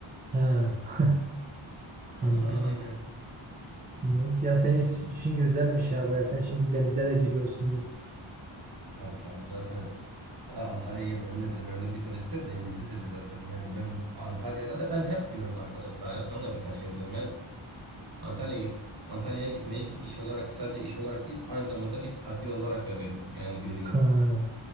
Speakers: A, on the right; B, on the right.
A: He. <laughs>
B: <laughs>
A: Yani bilmiyorum.
B: Aynen.
A: Bilmiyorum ki ya senin işin güzelmiş ya baya. Sen şimdi denize de giriyorsundur.
B: Tabii tabii zaten, zaten Antalya'ya gelmemin nedenlerden bir tanesi de Denizli'dir zaten. Yani ben Antalya zaten ben hep diyorum arkadaşlar ya sana da birkaç kere diyorum. Ben Antalya'ya git Antalya'ya gitmeyi bir iş olarak sadece iş olarak değil aynı zamanda bir tatil olarak da veriyorum. Yani görüyorum.
A: Ha.